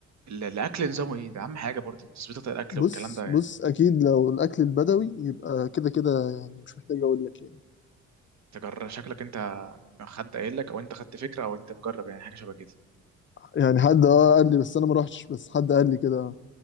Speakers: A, on the right; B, on the left.
A: ال- الاكل نظامه ايه ده اهم حاجه برضه تظبيطه الاكل
B: بص
A: والكلام ده يعني
B: بص اكيد لو الاكل البدوي يبقى كده كده يعني مش محتاج اقول لك يعني
A: تجرب شكلك انت حد قايل لك او انت خدت فكره او انت بجرب يعني حاجه شبه كده
B: يعني حد اه قال لي بس انا ما روحتش بس حد قال لي كده